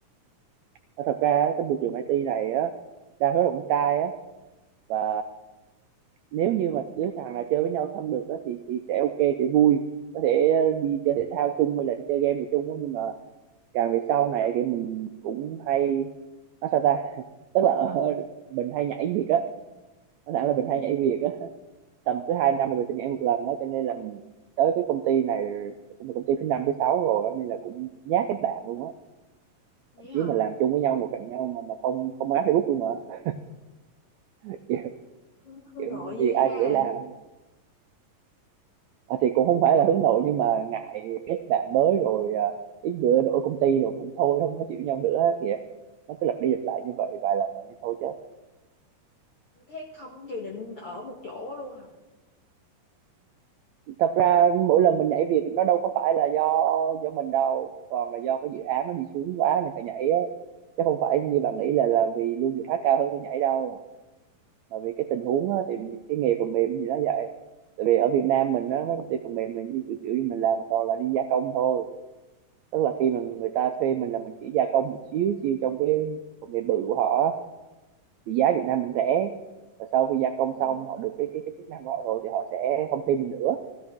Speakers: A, on the right; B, on the left.
A: Ờ, thật ra á, cái môi trường IT này á đa số là con trai á và nếu như mà đứa thằng nào chơi với nhau thân được á thì thì sẽ ok sẽ vui có thể đi chơi thể thao chung hay là đi chơi game gì chung á nhưng mà càng về sau này thì mình cũng hay nói sao ta <laughs> tức là ở- mình hay nhảy việc á nói thẳng
B: ừ,
A: là mình hay nhảy việc á tầm cứ hai năm là mình sẽ nhảy một lần á cho nên là tới cái công ty này cũng là công ty thứ năm thứ sáu rồi á, nên là cũng nhát kết bạn luôn á
B: nghĩ
A: thậm chí
B: <laughs> không
A: mà làm chung với nhau ngồi cạnh nhau mà mà không không áp Facebook luôn mà <laughs>
B: Hương, Hương
A: Kiểu
B: nội dữ
A: việc
B: ha
A: ai gửi làm Ờ, thì cũng không phải
B: nhưng
A: là hướng
B: mà
A: nội nhưng mà ngại kết bạn mới rồi à, ít bữa đổi công ty rồi cũng thôi không nói chịu nhau nữa kìa nó cứ lặp đi lặp lại như vậy vài lần rồi thôi chứ
B: thế không dự định ở một chỗ luôn à
A: thật ra mỗi lần mình nhảy việc nó đâu có phải là do do mình đâu còn là do cái dự án nó đi xuống quá nên phải nhảy á chứ không phải như bạn nghĩ là là vì lương việc khác cao hơn cái nhảy đâu mà vì cái
B: ừ,
A: tình huống á, thì cái nghề phần mềm thì nó vậy tại vì ở Việt Nam mình á mấy công ty phần mềm mình như kiểu, kiểu như mình làm toàn là đi gia công thôi tức là
B: ừ,
A: khi mà người ta thuê mình là mình chỉ gia công một xíu xíu trong cái công nghệ bự của họ thì giá Việt Nam mình rẻ và sau khi gia công
B: ừ,
A: xong họ được cái cái cái chức năng của họ rồi thì họ sẽ không thuê mình nữa